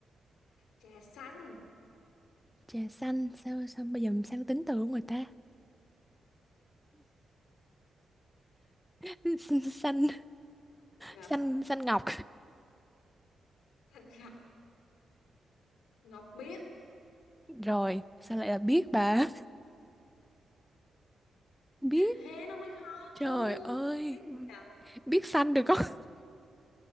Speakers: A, on the left; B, in the centre.
A: trà xanh
B: trà xanh sao sao bây giờ mình sang tính từ của người ta <laughs> xanh xanh
A: Gì nhờ
B: xanh xanh ngọc
A: xanh rập ngọc biếc
B: rồi sao lại là biết bà <laughs> biết
A: thế nó mới khó chứ
B: trời ơi
A: biết gì nhờ
B: biết xanh được không <laughs>